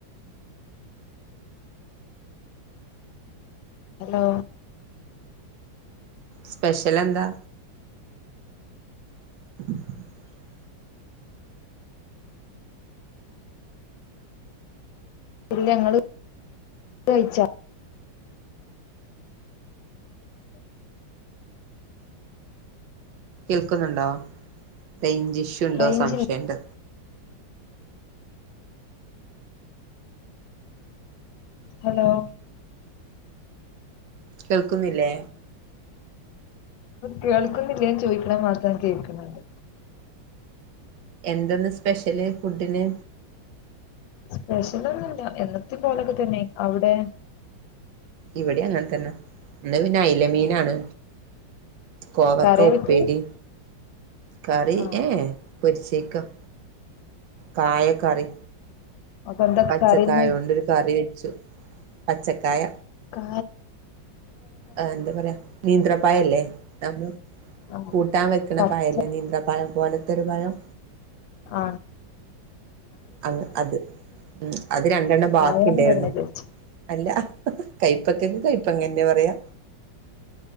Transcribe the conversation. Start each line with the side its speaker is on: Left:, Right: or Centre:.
Left: ഹലോ
Right: സ്പെഷ്യൽ എന്താ <inaudible>
Left: ഇല്ല ങ്ങ കഴ <inaudible>
Right: കേൾക്കുന്നുണ്ടോ ലഞ്ചിഷുണ്ടോ
Left: റേഞ്ചില്ലേ
Right: സംശയുണ്ട്
Left: ഹലോ
Right: കേൾക്കുന്നില്ലേ
Left: കേൾക്കുന്നില്ല ഞാൻ ചോദിക്കണ മാത്രം കേൾക്കണുന്നത്
Right: എന്തന്ന് സ്പെഷ്യല് ഫുഡിന്
Left: സ്പെഷ്യലൊന്നുമല്ല എന്നത്തി പോലൊക്കെ തന്നെ അവിടെ
Right: ഇവിടെ അങ്ങനെ തന്നെ ഇന്ന് പിന്നെ അലമീനാണ് കോവക്ക
Left: കറിയാ
Right: ഉപ്പേരി
Left: വെച്ചേ
Right: കറി
Left: ആഹ്
Right: ഏ പരി ചക്ക കായക്കറി
Left: അപ്പൊ എന്താ
Right: പച്ചക്കായ
Left: കറിയിന്ന്
Right: കൊണ്ട് ഒരു കറി വെച്ചു പച്ചക്കായ
Left: ആ
Right: ആ എന്താ പറയാ നീന്ത്രപ്പായല്ലേ നമ്മള്
Left: ആഹ്
Right: കൂട്ടാൻ വെക്കണ
Left: പച്ച
Right: പഴയല്ലേ നീന്ത്ര പഴം പോലത്തരു പയം
Left: ആ
Right: അ അത് ഉ അത് രണ്ടെണ്ണം ബാക്കി
Left: ചായാന്ന്
Right: ഉണ്ടായിരുന്നു
Left: പറയണ വിചാരിച്ചു
Right: അല്ല കയ്പക്കക്കെ കയ്പ്പങ്ങന്നെ പറയാ